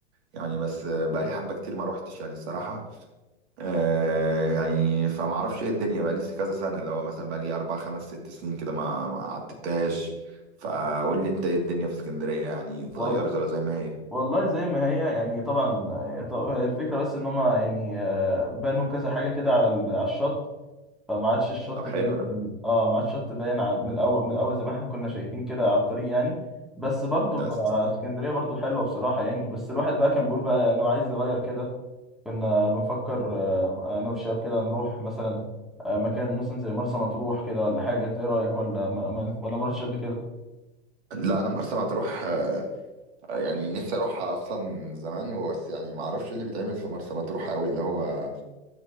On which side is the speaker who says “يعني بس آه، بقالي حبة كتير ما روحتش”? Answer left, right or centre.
Right